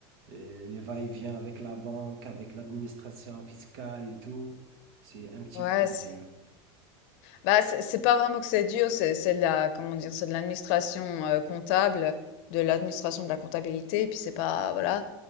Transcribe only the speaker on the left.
Ouais,
c'est
bah, c'est c'est pas vraiment que c'est dur, c'est c'est de la comment dire? C'est de l'administration, heu, comptable, de l'administration de la comptabilité et puis c'est pas voilà.